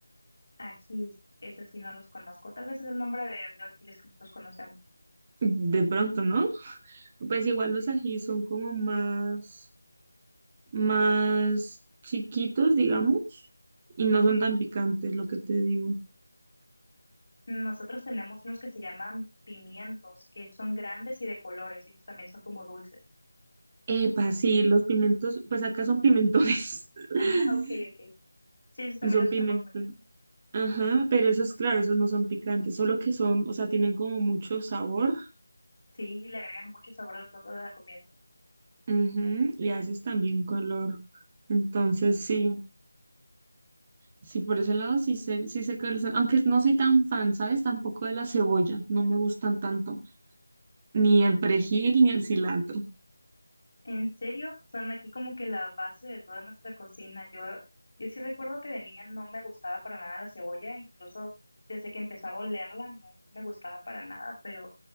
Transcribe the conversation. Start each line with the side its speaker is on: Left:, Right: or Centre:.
Left: Ajís, ese sí no los conozco, tal vez es el nombre de, de los chiles que nosotros conocemos,
Right: De pronto, no Pues igual los ají son como más, más chiquitos, digamos, y no
Left: ¿ok?
Right: son tan picantes, lo que te digo.
Left: Nosotros tenemos unos que se llaman pimientos, que esos son grandes y de colores, y esos también son como dulces.
Right: Epa, sí, los pimentos, pues acá son pimentones,
Left: <laughs>
Right: <laughs>
Left: ajá ok, ok. Sí, esos también
Right: son
Left: los
Right: pimentos.
Left: usamos mucho.
Right: Ajá, pero esos, claro, esos no son picantes, solo que son, o sea, tienen como mucho sabor,
Left: Sí, le agregan mucho sabor al todo de la comida.
Right: ujú, y a veces también color. Entonces, sí, sí, por ese lado sí sé, sí sé cuáles son, aunque no soy tan fan, ¿sabes? Tampoco de la cebolla, no me gustan tanto. Ni el perejil ni el cilantro.
Left: En serio, son aquí como que la base de toda nuestra cocina. Yo, yo sí recuerdo que de niña no me gustaba para nada la cebolla, incluso desde que empezaba a olerla no me gustaba para nada, pero